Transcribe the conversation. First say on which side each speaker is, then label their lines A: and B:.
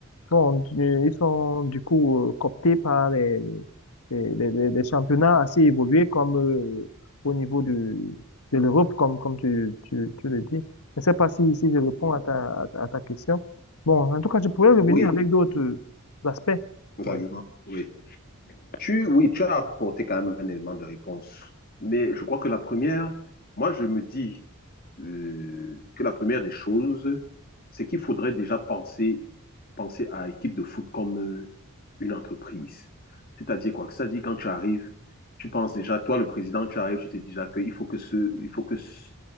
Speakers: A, on the left; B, on the left.
A: Bon, euh, ils sont du coup euh, cooptés par les, les, les, les- les- les championnats assez évolués comme euh, au niveau de, de l'Europe, comme, comme tu, tu, tu le dis. Je ne sais pas si, si je réponds
B: Mhm.
A: à ta, à ta à ta question. Bon, en tout cas, je pourrais revenir
B: Oui,
A: avec d'autres euh, aspects.
B: vos
A: Ouais.
B: arguments, oui. Tu, oui, tu as apporté quand même un élément de réponse. Mais je crois que la première, moi, je me dis euh, que la première des choses, c'est qu'il faudrait déjà penser, penser à équipe de foot comme euh, une entreprise. C'est-à-dire quoi? C'est-à-dire quand tu arrives, tu penses déjà, toi, le président, tu arrives, tu te dis déjà qu'il faut que ce, il faut que ce